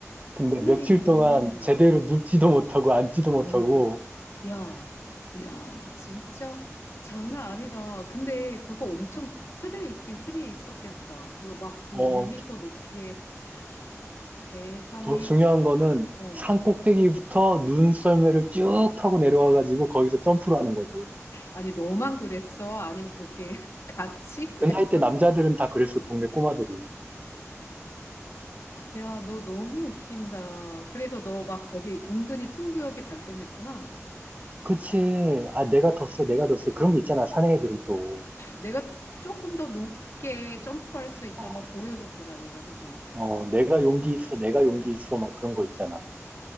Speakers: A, on the right; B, on the left.
A: 근데
B: 웬일이니?
A: 며칠 동안 제대로 눕지도 못하고 앉지도
B: 왜?
A: 못하고
B: 야, 야, 진짜 장난 아니다. 근데 그거 엄청 스릴 있긴 스릴 있었겠다. 그거 막 그
A: 어,
B: 1미터 높이에 <gasps> 세상에,
A: 더 중요한 거는
B: 어.
A: 산 꼭대기부터 눈썰매를 쭉 타고 내려와가지고 거기서 점프를 하는 거지.
B: 아니, 너만 그랬어? 아니면 그게 <laughs> 같이 그랬어?
A: 그 나이 때 남자들은 다 그랬어, 동네 꼬마들이.
B: 야, 너 너무 웃긴다. 그래서 너 막 거기 은근히 승부욕이 발동했구나.
A: 그치. 아, 내가 더 세, 내가 더 세. 그런 게 있잖아, 사내 애들은 또.
B: 내가 조금 더 높게 점프할 수 있다
A: 어,
B: 막 보여줬구나 네가 그지?
A: 어, 내가 용기 있어, 내가 용기 있어. 막 그런 거 있잖아.